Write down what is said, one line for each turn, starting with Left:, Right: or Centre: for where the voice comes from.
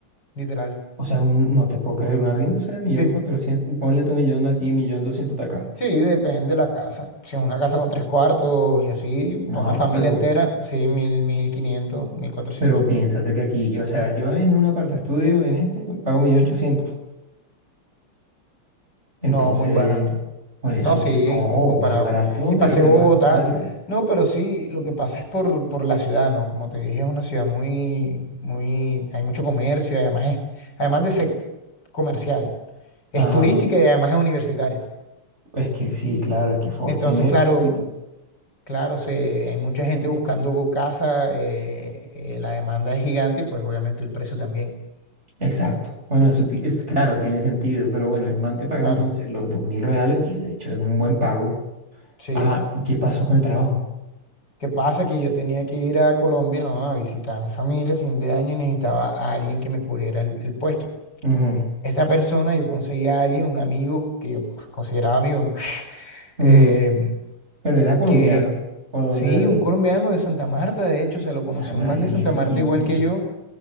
Left: literal.
Right: O sea, un- no te puedo creer, un arriendo sale a millón
Left: Sí,
Right: cuatrocientos, ponle tu millón de aquí, millón doscientos de acá.
Left: sí, depende de la casa, si es una casa con tres cuartos y así, para
Right: No,
Left: una familia
Right: pero,
Left: entera, sí, mil, mil quinientos, mil cuatrocientos,
Right: pero piénsate que aquí, o sea, yo en un aparta estudio, en este, pago millón ochocientos. Entonces,
Left: no, muy barato.
Right: por eso,
Left: No, sí,
Right: no,
Left: comparado.
Right: muy barato,
Left: Y
Right: me
Left: pasé
Right: refiero
Left: Bogotá.
Right: al contrario.
Left: No, pero sí, lo que pasa es por, por la ciudad, ¿no? Como te dije, es una ciudad muy, muy, hay mucho comercio, y además es, además de ser comercial, es
Right: Ajá,
Left: turística y además es universitaria.
Right: es que sí, claro, es que Fox
Left: Entonces,
Right: tiene
Left: claro,
Right: cositas.
Left: claro, se, hay mucha gente buscando casa, eh, eh, la demanda es gigante y pues obviamente el precio también,
Right: Exacto.
Left: ya.
Right: Bueno, eso ti- es claro, tiene sentido, pero bueno, el man te paga
Left: Claro,
Right: entonces los dos mil reales, que de hecho es un buen pago.
Left: sí.
Right: Ajá, ¿y ¿qué pasó con el trabajo?
Left: ¿Qué pasa? Que yo tenía que ir a Colombia, ¿no? A visitar a mi familia fin de año y necesitaba a alguien que me cubriera el, el puesto.
Right: Ujú,
Left: Esta persona, yo conseguí a alguien, un amigo, que yo pues, consideraba amigo, ¿no? <laughs>
Right: ujú.
Left: Eh,
Right: Pero era colombiano,
Left: que
Right: ¿o de dónde
Left: sí,
Right: era?
Left: un colombiano de Santa Marta, de hecho, se lo conocí
Right: Samario,
Left: un man de
Right: ¿y
Left: Santa
Right: ese
Left: Marta
Right: quién
Left: igual
Right: es?
Left: que yo,